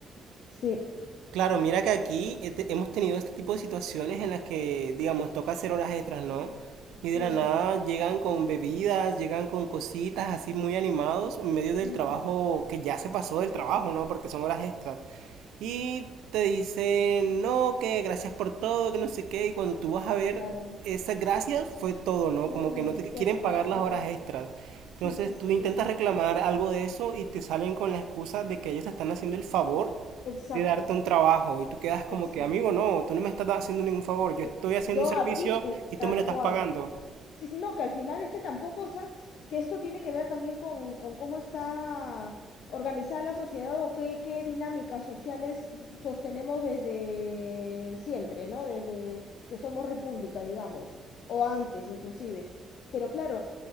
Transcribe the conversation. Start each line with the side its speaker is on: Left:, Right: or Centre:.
Left: Sí.
Right: Claro, mira que aquí este- hemos tenido este tipo de situaciones en las que, digamos, toca hacer horas extras, ¿no? Y de
Left: Mm,
Right: la nada llegan con bebidas, llegan con cositas así muy animados en medio del
Left: mm,
Right: trabajo que ya se pasó del trabajo, ¿no? Porque son horas extras. Y te dicen, no, que gracias por todo, que no sé qué. Y cuando tú vas a ver,
Left: claro.
Right: esas gracias fue todo, ¿no?
Left: Mm,
Right: Como que no te quieren
Left: ya está,
Right: pagar
Left: sí.
Right: las horas extras.
Left: Sí,
Right: Entonces
Left: sí, sí.
Right: tú intentas reclamar algo de eso y te salen con la excusa de que ellos te están haciendo el favor
Left: Exacto,
Right: de darte un trabajo. Y tú quedas como
Left: exacto.
Right: que, amigo, no, tú no me estás haciendo ningún favor. Yo
Left: Sí,
Right: estoy haciendo
Left: Yo
Right: un servicio
Left: aquí, eh,
Right: y tú
Left: tal
Right: me lo estás
Left: cual.
Right: pagando.
Left: Sí, no, que al final es que tampoco, o sea, que esto tiene que ver también con, con cómo está organizada la sociedad o qué, qué dinámicas sociales sostenemos desde siempre, ¿no? Desde que somos república, digamos, o antes inclusive. Pero claro,